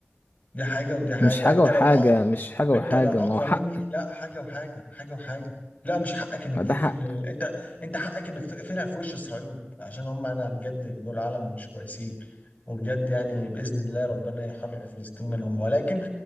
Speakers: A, on the left; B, on the left.
A: دي حاجه ودي حاجه
B: مش حاجة
A: انت
B: وحاجة
A: لو
B: مش حاجة
A: انت
B: وحاجة
A: لو اقوى
B: ما هو حق
A: مني لا حاجه وحاجه حاجه وحاجه لا مش حقك انك
B: ما
A: تقفل
B: ده حق
A: انت انت حقك انك تقفلها في وش اسرائيل عشان هم انا بجد دول عالم مش كويسين وبجد يعني باذن الله ربنا يحرر فلسطين منهم ولكن